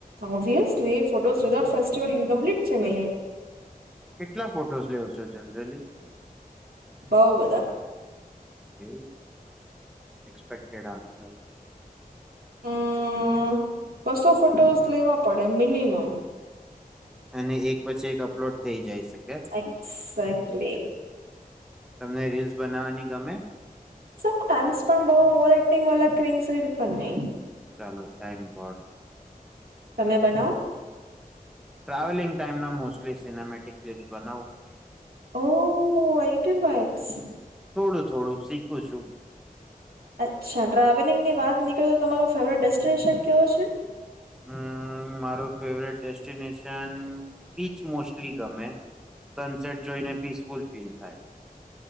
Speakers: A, on the right; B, in the centre.
A: Obviously photo without festival incomplete છે મેં.
B: કેટલા ફોટોઝ લેવો છો જનરલી.
A: બવ બદા.
B: હવ એક્સપેક્ટેડ આન્સર.
A: હમ બસો ફોટોસ લેવા પડે મિનિમમ
B: અને એક પછી એક અપલોડ થઈ જાય શકે
A: એક્સાકલી
B: તમને રીલ્સ બનાવવાની ગમે
A: પણ ટમ્સ ફોમ બવ ઓવર એક્ટિંગ વાલા ક્રીમ ફિલ્મ પણ નહી
B: ચાલો થેન્ક ગોડ
A: તમે બનાવ
B: ટ્રાવેલિંગ ટાઈમ ના મોસ્ટલી સિનેમેટિક ક્લિપ્સ બનાવું
A: ઓ આઇટન વેબ્સ
B: થોડું થોડું શીખું છું
A: અચ્છા, ટ્રાવેલિંગ ની વાત નીકળે તો તમારું ફેવરેટ ડેસ્ટિનેશન કેવો છે
B: હમ મારો ફેવરેટ ડેસ્ટિનેશન બીચ, મોસ્ટલી ગમે સનસેટ જોઈને પીસફુલ ફીલ થાય